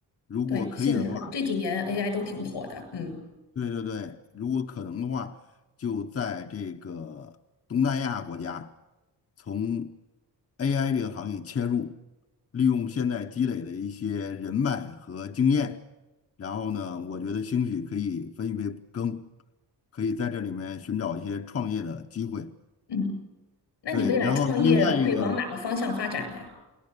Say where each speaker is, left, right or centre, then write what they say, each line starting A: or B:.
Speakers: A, on the left; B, on the left.
A: 如果可以的话。
B: 对，现在很，这几年 AI 都挺火的。嗯
A: 对对对，如果可能的话，就在这个东南亚国家，从 AI 这个行业切入，利用现在积累的一些人脉和经验，然后呢，我觉得兴许可以分一杯羹，可以在这里面寻找一些创业的机会。
B: 嗯，那你未来创业会往哪个方向发展呢？
A: 对，然后另外一个，